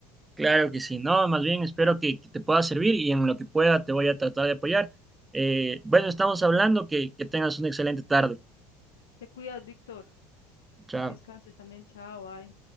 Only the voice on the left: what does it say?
Te cuidas, Víctor,
que descanses también, chao, bye.